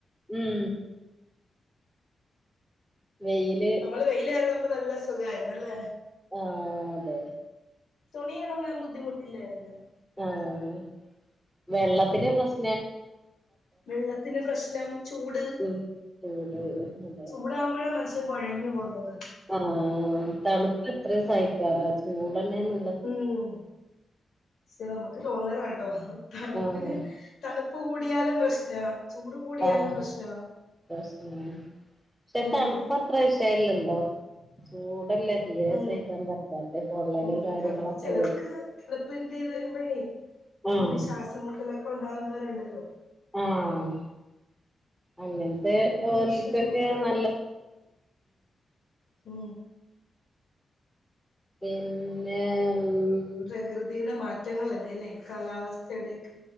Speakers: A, in the centre; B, on the left.
A: ഉം വെയിൽ
B: നമ്മള് വെയിലായിരുന്നപ്പ നല്ല സുഖായിരുന്നല്ലെ
A: ആഹ് അതെ
B: തുണിയൊണങ്ങാൻ ബുദ്ധിമുട്ടില്ലായിരുന്ന്
A: ആഹ് വെള്ളത്തിന് പ്രശ്ന്
B: വെള്ളത്തിന് പ്രശ്നം ചൂട്
A: ഉം ചൂട് അതെ
B: ചൂടാവുമ്പഴാ മനുഷ്യൻ കൊഴഞ്ഞു പോകുന്നത്
A: ആഹ് തണുപ്പെത്രയും സഹിക്കാലോ ചൂടെന്നെയാണ്
B: ഉം ഷെ നമ്മക്ക് തോന്നണതാട്ടോ തണുപ്പിന്
A: ആഹ്
B: തണുപ്പ് കൂടിയാലും പ്രശ്നാ ചൂട് കൂടിയാലും
A: ആഹ്
B: പ്രശ്നാ
A: കശ്മീർ ഷെ
B: ഉം
A: തണ്പ്പ്‌ അ അത്രാവിഷയല്ലല്ലോ ചൂടല്ലേ തീരെ
B: മ്
A: സഹിക്കാൻ പറ്റാത്തെ പൊള്ളലും
B: മ്
A: കാര്യങ്ങളൊക്കെ
B: തണുപ്പ് ചെലർക്ക്
A: വരും
B: തണപ്പ് എന്തലു വരുമ്പഴേ ഇങ്ങനെ
A: ആഹ്
B: ശ്വാസം മുട്ടൊലൊക്കെ ഉണ്ടാവുന്നവരുണ്ടല്ലോ
A: ആഹ് അങ്ങെ നെ
B: തണുപ്പിന്റെ
A: ഓല്ക്കൊക്കെ
B: പ്രശ്നം കൂടിയാല്
A: നല്
B: മ്
A: പിന്നെ ഉം
B: പ്രകൃതിയുടെ മാറ്റങ്ങൾല്ലേ ല്ലേ കാലാവസ്ഥയുടൊക്കെ